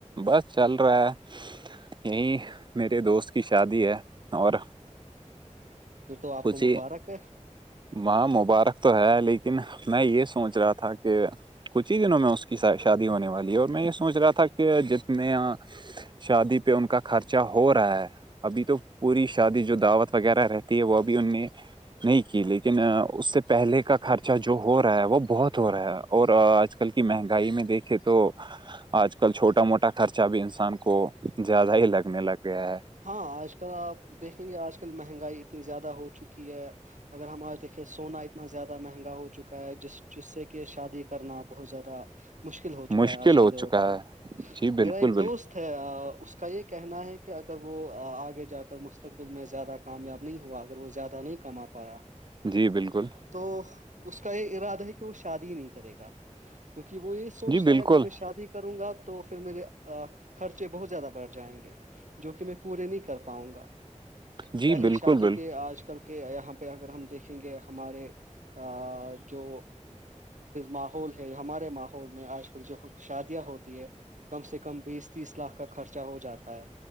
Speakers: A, on the right; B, on the right.
A: بس چل رہا ہے یہیں میرے دوست کی شادی ہے اور
B: پھر تو آپ
A: کچھ
B: کو مبارک
A: ہی
B: ہے
A: وہاں مبارک تو ہے لیکن میں یہ سوچ رہا تھا کہ کچھ ہی دنوں میں اس کی شادی ہونے والی ہے اور میں یہ سوچ رہا تھا کہ جتنے شادی پہ ان کا خرچہ ہو رہا ہے ابھی تو پوری شادی جو دعوت وغیرہ رہتی ہے وہ ابھی ان نے نہیں لیکن اس سے پہلے کا خرچہ جو ہو رہا ہے وہ بہت ہو رہا ہے اور آج کل کی مہنگائی میں دیکھے تو آج کل چھوٹا موٹا خرچہ بھی انسان کو زیادہ ہی لگنے لگ گیا ہے
B: ہاں آج کل آپ دیکھیں گے آج کل مہنگائی اتنی زیادہ ہو چکی ہے اگر ہم آج دیکے سونا اتنا زیادہ مہنگا ہو چکا ہے جس جس سے کہ شادی کرنا بہت زیادہ مشکل ہو چکا
A: مشکل
B: ہے آج کے
A: ہو
B: دور
A: چکا
B: میں
A: ہے جی بالکل
B: میرا ایک
A: بالکل
B: دوست ہے اس کا یہ کہنا ہے کہ اگر اگر وہ آگے جا کر مستقبل میں زیادہ کامیاب نہیں ہوا اگر وہ زیادہ نہیں کما پایا
A: جی بالکل
B: تو اس کا یہ ارادہ ہے کہ وہ شادی نہیں کرے گا کیونکہ وہ یہ سوچتا
A: جی بالکل
B: ہے اگر میں شادی کروں گا تو پھر میرے خرچے بہت زیادہ بڑھ جائیں گے جو کہ میں پورے نہیں کر پاؤں گا
A: جی
B: پہلی
A: بالکل
B: شادی
A: بالکل
B: کے آج کل کہ یہاں پہ اگر ہم دیکھیں گے ہمارے آ جو ماحول ہے ہمارے ماحول میں آج کل جو شادیاں ہوتی ہے کم سے کم بیس تیس لاکھ کا خرچہ ہو جاتا ہے